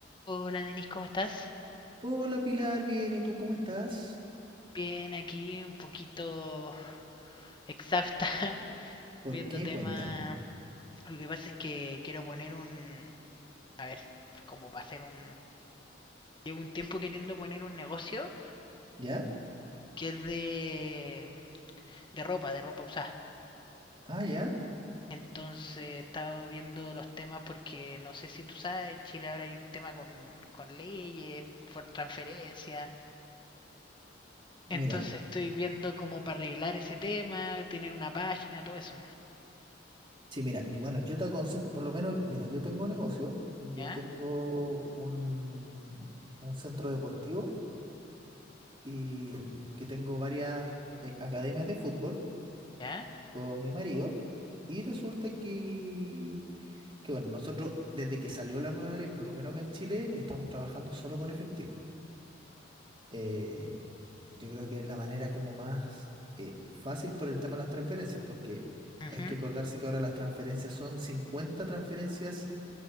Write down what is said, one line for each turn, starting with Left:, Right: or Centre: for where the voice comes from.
Left: Hola Denise, ¿cómo estás?
Right: Hola Pilar, bien, ¿y tú cómo estás?
Left: Bien, aquí un poquito exhausta <laughs>
Right: ¿Por
Left: viendo
Right: qué?
Left: temas.
Right: Cuéntame.
Left: Lo que pasa es que quiero poner un... A ver, como para hacer un... Llevo un tiempo queriendo poner un negocio
Right: ¿Ya?
Left: que es de, de ropa, de ropa usada.
Right: Ah, ya.
Left: Entonces he estado viendo los temas porque no sé si tú sabes, en Chile ahora hay un tema con, con leyes, por transferencia.
Right: Mira,
Left: Entonces estoy viendo como para arreglar ese tema, tener una página, todo eso.
Right: sí, mira, yo- bueno, yo te aconsejo, por lo menos, mira, yo tengo negocio, yo
Left: ¿Ya?
Right: tengo un, un centro deportivo y que tengo varias eh, academias de fútbol
Left: ¿Ya?
Right: con mi marido y resulta que, que, bueno, nosotros desde que salió la nueva ley, por lo menos acá en Chile, estamos trabajando solo con efectivo. eh, yo creo que es la manera como más eh, fácil por el tema de las transferencias, porque
Left: Ujú.
Right: hay que acordarse que ahora las transferencias son 50 transferencias